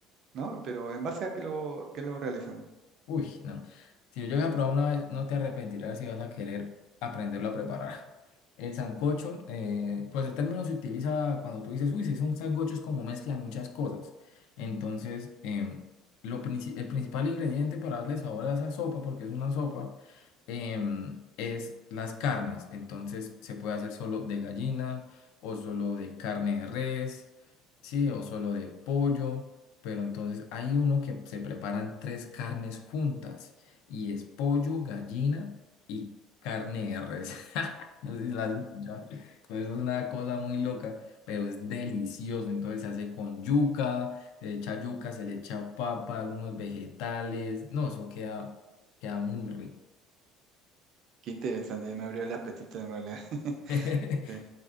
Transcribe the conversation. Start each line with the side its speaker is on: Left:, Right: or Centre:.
Right: ¿no? Pero ¿en base a qué lo, qué lo realizan?
Left: Uy, no. Si yo llego a probar una vez, no te arrepentirás si vas a querer aprenderlo a preparar. El sancocho, eh, pues el término se utiliza cuando tú dices, uy, si es un sancocho, es como mezcla de muchas cosas. Entonces, em, lo princi- el principal ingrediente para darle sabor a esa sopa, porque es una sopa, em, es las carnes. Entonces, se puede hacer solo de gallina, o solo de carne de res, sí, o solo de pollo. Pero entonces hay uno que se preparan tres carnes juntas y es pollo, gallina y carne de res. <laughs> No sé si la has escuchado. Entonces es una cosa muy loca, pero es delicioso. Entonces se hace con yuca, se le echa yuca, se le echa papa, algunos vegetales. No, eso queda, queda muy rico.
Right: Qué interesante, ya me abrió el apetito en realidad. <laughs>
Left: <laughs>
Right: Sí,